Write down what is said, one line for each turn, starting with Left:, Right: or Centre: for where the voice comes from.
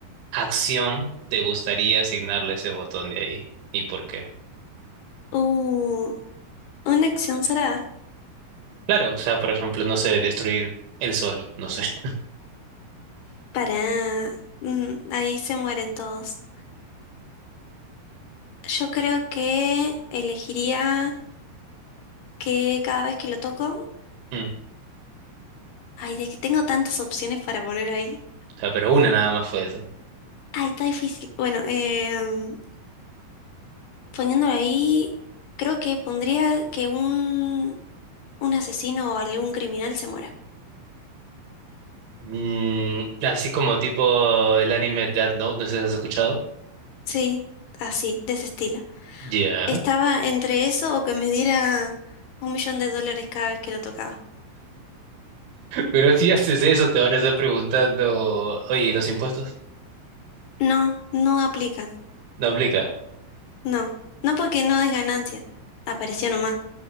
Right: acción te gustaría asignarle ese botón de ahí? ¿Y por qué?
Left: Uh, una acción será.
Right: Claro, o sea, por ejemplo, no sé, destruir el sol, no sé. <laughs>
Left: Para... mm, ahí se mueren todos. Yo creo que elegiría... que cada vez que lo toco,
Right: Mm, o
Left: ay, de que tengo tantas opciones para poner ahí.
Right: sea, pero una nada más fue eso.
Left: Ay, está difícil. Bueno, em, poniéndolo ahí, creo que pondría que un, un asesino o algún criminal se muera.
Right: Mm, así como tipo el anime Death Note, no sé si has escuchado.
Left: Sí, así, de ese estilo.
Right: Ya.
Left: Estaba entre eso o que me diera un millón de dólares cada vez que lo tocaba.
Right: Pero si haces eso, te van a estar preguntando, oye, ¿y los impuestos?
Left: No, no aplican.
Right: No aplica.
Left: No, no porque no es ganancia. Apareció nomás.